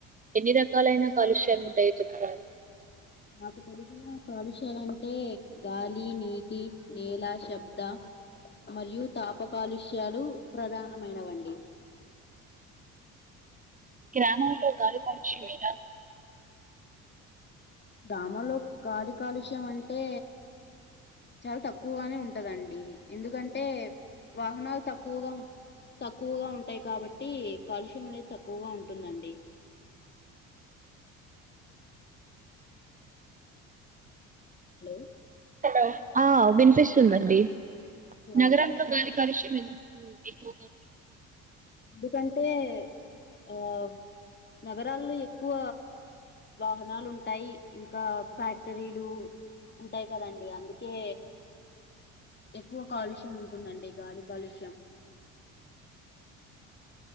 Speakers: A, on the right; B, on the left.
A: ఎన్ని రకాలైన కాలుష్యాలు ఉంటాయో చెప్తారా
B: నాకు తెలిసిన కాలుష్యాలంటే గాలి, నీటి, నేల, శబ్ద మరియు తాపకాలుష్యాలు ప్రధానమైనవండి
A: గ్రామంల్లో దారి పరీక్ష లేదా
B: గ్రామంలో కాలి కాలుష్యం అంటే చాలా తక్కువగానే ఉంటదండి ఎందుకంటే టే వాహనాలు తక్కువగా తక్కువగా ఉ వంటాయి కాబట్టి కాలుష్యం అనేది తక్కువగా ఉంటుందండి హలో
A: హలో ఆ వినిపిస్తూ ఉండండి నగరంలో
B: ఆ
A: గాలి కలుష్యం ఎక్కువగా
B: ఎందుకంటే ఆ నగరాల్లో ఎక్కువ వాహనాలు ఉంటాయి ఇంకా ఫ్యాక్టరీలు ఉంటాయి కదండి అందుకే ఎక్కువ కాలుష్యం ఉ ంటుందండి గాలీ కాలుష్యం